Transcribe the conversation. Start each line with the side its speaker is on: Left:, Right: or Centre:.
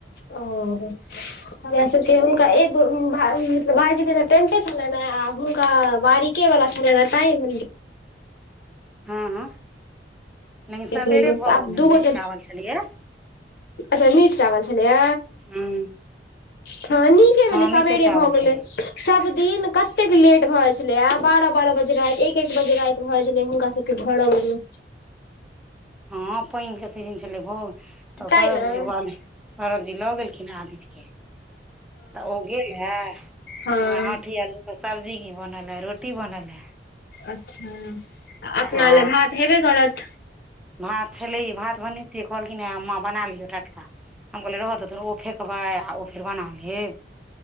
Left: ओ हुआ सब -- फेर हुनका एगो भाई मतलब भाईजी के टेंटे छलनि ने आ हुनका बाड़ीक -- के वला छः लेने पेइन।
Centre: हँ हँ लेकिन सवेरे
Left: भेल
Centre: भऽ
Left: आब
Centre: गेलेय
Left: दू गोटे
Centre: निचा में छलैया।
Left: अच्छा मीट चावल छलैया
Centre: हँ
Left: खनी- - किभेलै
Centre: हँ मीटे
Left: सबेरे
Centre: चावल
Left: भऽ गेलै
Centre: छलैया
Left: सब दिन कतेक लेट भऽ जाइत छलैया आब- - बारह बारह बजे राति एक एक बजे राति भए जाइ छलै, हुनका सब के घर अबै मे- -
Centre: हँ पेइनके सीजन छलै भोग तब
Left: तैं
Centre: सोरबजी
Left: ने
Centre: -- सौरभ जी लऽ गेलखिन आदित्य के तऽ ओ गेलेह
Left: हँ
Centre: ईम्हर आठी आलु- - सब्जी की बनल है रोटी बनल है।
Left: अच्छा अपना
Centre: आ
Left: ले भात हैबे करत।
Centre: भात छलैहे भात बनैतियै कहलखिन हें माँ बना लियै टटका- - हम कहलियै रह देथुन ओ फेकबै आ ओ फेर बना लेब।